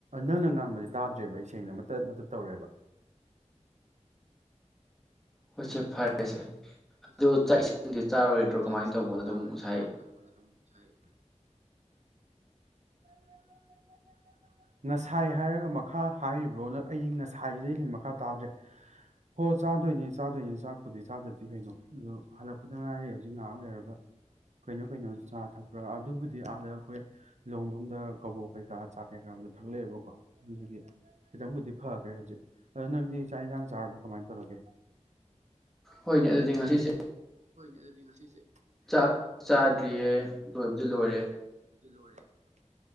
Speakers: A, on the right; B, in the centre.
A: ꯅꯪꯅ ꯉꯥꯡꯕꯗꯤ ꯇꯥꯗ꯭ꯔꯦꯕ ꯑꯩ ꯁꯦꯡꯅ ꯃꯇꯠ ꯃꯇꯠ ꯇꯧꯔꯦꯕ <inaudible>
B: ꯍꯧꯆꯦ ꯐꯔꯦꯁꯦ
A: ꯍꯣꯢꯁꯦ
B: ꯑꯗꯣ
A: ꯐꯔꯦꯁꯦ
B: ꯆꯥꯛ ꯏꯁꯤꯡꯗꯤ ꯆꯥꯔꯣꯏꯗ꯭ꯔꯣ
A: ꯑꯗꯨ ꯆꯥꯛ
B: ꯀꯃꯥꯏꯅ
A: ꯏꯁꯤꯡꯗꯤ
B: ꯇꯧꯕꯅꯣ
A: ꯆꯥꯔꯣꯏꯗ꯭ꯔꯣ
B: ꯑꯗꯨꯝ ꯉꯁꯥꯏ
A: ꯀꯃꯥꯏꯅ ꯇꯧꯕꯅꯣ ꯑꯗꯨꯝ ꯉꯁꯥꯏ <unintelligible> ꯉꯁꯥꯏ ꯍꯥꯏꯔꯒ ꯃꯈꯥ ꯍꯥꯏꯔꯤꯕ꯭ꯔꯣ ꯑꯩ ꯉꯁꯥꯏꯗꯨꯗꯩ ꯍꯦꯟꯅ ꯃꯈꯥ ꯇꯥꯗ꯭ꯔꯦ ꯍꯣ ꯆꯥꯗꯣꯏꯅꯤ ꯆꯥꯗꯣꯏꯅꯤ ꯆꯥꯛꯄꯨꯗꯤ ꯆꯥꯗ ꯗꯤ ꯀꯩꯅꯣ ꯑꯗꯣ ꯍꯜꯂꯛꯄꯗ ꯉꯥꯏꯔꯤ ꯍꯧꯖꯤꯛ ꯉꯥꯏꯍꯥꯛ ꯂꯩꯔꯒ ꯀꯩꯅꯣ ꯀꯩꯅꯣ ꯆꯥ ꯊꯛꯄ꯭ꯔꯥ ꯑꯗꯨꯕꯨꯗꯤ ꯑꯥꯗ ꯑꯩꯈꯣꯏ ꯂꯣꯡꯐꯝꯗ ꯀꯕꯣꯛ ꯀꯩꯀꯥ ꯆꯥ ꯊꯛꯂꯛꯑꯦꯕꯀꯣ ꯑꯗꯨꯗꯨꯒꯤ ꯈꯤꯇꯪꯕꯨꯗꯤ ꯐꯈ꯭ꯔꯦ ꯍꯧꯖꯤꯛ ꯑ ꯅꯪꯗꯤ ꯆꯥꯛ ꯏꯟꯁꯥꯡ ꯆꯥꯔꯕ ꯀꯃꯥꯏꯅ ꯇꯧꯔꯒꯦ
B: ꯍꯣꯏꯅꯦ ꯑꯗꯨꯗꯤ ꯉꯁꯤꯁꯦ
A: ꯍꯣꯏꯅꯦ ꯑꯗꯨꯗꯤ ꯉꯁꯤꯁꯦ
B: ꯆꯥꯛ ꯆꯥꯗ꯭ꯔꯤꯌꯦ ꯂꯣꯏꯕꯗꯤ ꯂꯣꯏꯔꯦ
A: ꯂꯣꯢꯔꯦ <unintelligible>